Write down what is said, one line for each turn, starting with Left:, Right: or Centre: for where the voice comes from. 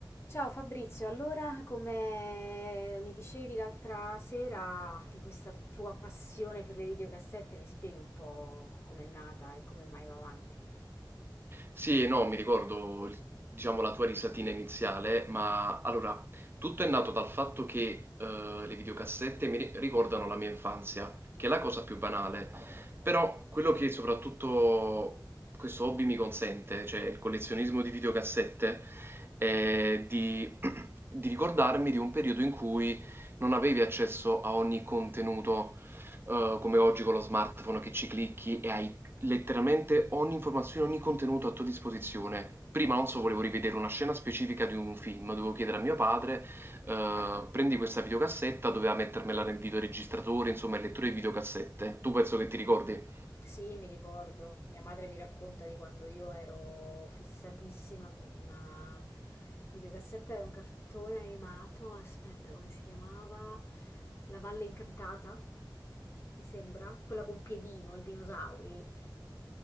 Left: Ciao Fabrizio, allora come mi dicevi l'altra sera di questa tua passione per le videocassette, mi spieghi un po' com'è nata e come mai va avanti?
Right: Sì, no, mi ricordo, il- diciamo, la tua risatina iniziale, ma allora, tutto è nato dal fatto che eh, le videocassette mi ri- ricordano la mia infanzia, che è la cosa più banale, però quello che soprattutto questo hobby mi consente, cioè il collezionismo di videocassette, è di, <clears throat> di ricordarmi di un periodo in cui non avevi accesso a ogni contenuto eh, come oggi con lo smartphone che ci clicchi e hai letteralmente ogni informazione, ogni contenuto a tua disposizione. Prima, non so, volevo rivedere una scena specifica di un film, dovevo chiedere a mio padre, eh, prendi questa videocassetta, doveva mettermela nel videoregistratore, insomma, il lettore di videocassette. Tu penso che ti ricordi?
Left: Sì, mi ricordo, mia madre mi racconta di quando io ero fissatissima con una videocassetta di un cartone animato, aspetta come si chiamava? La Valle Incantata, mi sembra, quella con Piedino, il dinosauri.